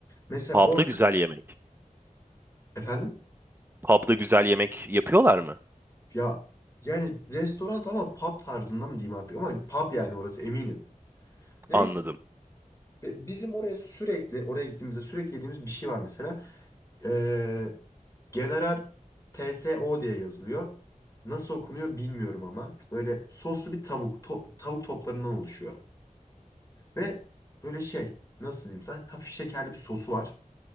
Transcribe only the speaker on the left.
Mesela
orada
efendim
ya yani restoran ama pub tarzında mı diyeyim artık ama pub yani orası eminim. Neyse
Ve Bizim oraya sürekli, oraya gittiğimizde sürekli yediğimiz bir şey var mesela. Ee, General TSO diye yazılıyor. Nasıl okunuyor bilmiyorum ama. Böyle soslu bir tavuk, to- tavuk toplarından oluşuyor. Ve böyle şey, nasıl diyeyim sana, hafif şekerli bir sosu var.